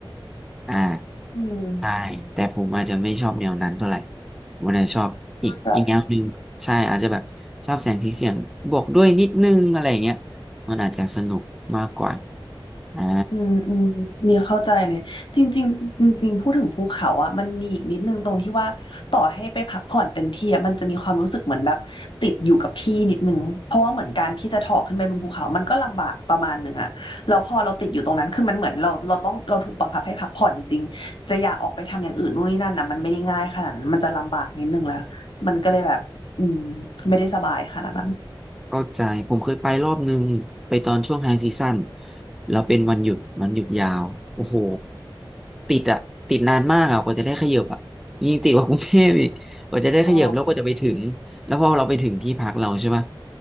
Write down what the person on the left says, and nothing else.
อืม
เข้าใจ
อืมอืมนี่เข้าใจเลยจริงๆจริงๆพูดถึงภูเขาอ่ะมันมีอีกนิดนึงตรงที่ว่าต่อให้ไปพักผ่อนเต็มที่อ่ะมันจะมีความรู้สึกเหมือนแบบติดอยู่กับที่นิดนึงเพราะว่าเหมือนการที่จะถอกขึ้นไปบนภูเขามันก็ลำบากประมาณหนึ่งอ่ะแล้วพอเราติดอยู่ตรงนั้นคือมันเหมือนเราเราต้องเราถูกบังคับให้พักผ่อนจริงๆจะอยากออกไปทำอย่างอื่นนู่นนี่นั่นนะมันไม่ได้ง่ายขนาดนั้นมันจะลำบากนิดนึงแล้วมันก็เลยแบบอืมไม่ได้สบายขนาดนั้น
อ๋อ